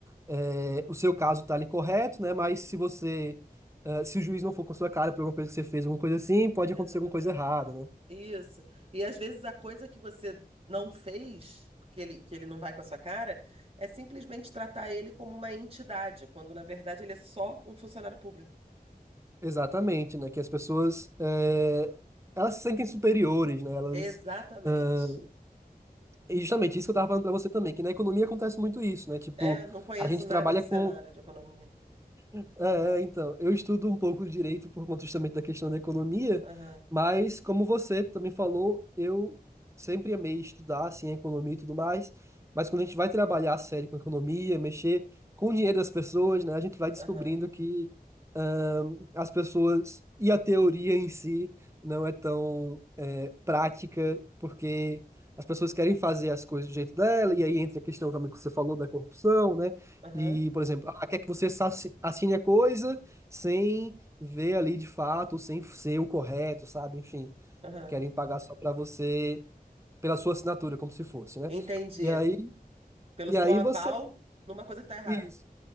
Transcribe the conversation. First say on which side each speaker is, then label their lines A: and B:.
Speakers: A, on the right; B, on the right.
A: é, o seu caso tá ali correto, né? Mas se você é, se o juiz não for com a sua cara por alguma coisa que você fez, alguma coisa assim, pode
B: Exatamente.
A: acontecer alguma coisa errada, né?
B: Isso. E às vezes a coisa que você não fez, que ele, que ele não vai com a sua cara, é simplesmente tratar ele como uma entidade, quando na verdade ele é só um funcionário público.
A: Exatamente, né? Que as pessoas é, elas se sentem superiores, né? Elas
B: Exatamente.
A: ah, e justamente isso que eu tava falando pra você também, que na economia acontece muito isso, né? Tipo,
B: É, não conheço
A: a gente
B: nada
A: trabalha
B: do cenário
A: com
B: de economia.
A: é, é, então, eu estudo um pouco direito por conta justamente da questão da economia,
B: Aham,
A: mas como você também falou, eu sempre amei estudar, assim, a economia e tudo mais, mas quando a gente vai trabalhar a sério com a economia, mexer com o dinheiro das pessoas, né, a gente vai descobrindo
B: aham,
A: que ahn, as pessoas e a teoria em si não é tão é, prática, porque as pessoas querem fazer as coisas do jeito dela, e aí entra a questão também que você falou da corrupção, né?
B: aham,
A: E, por exemplo, ah, quer que você assi- assine a coisa sem ver ali de fato, sem ser o correto, sabe? Enfim,
B: aham.
A: querem pagar só para você, pela sua assinatura, como se fosse, né?
B: Entendi.
A: E aí,
B: Pelo
A: e
B: seu
A: aí
B: aval
A: você,
B: numa coisa que tá errada.
A: isso.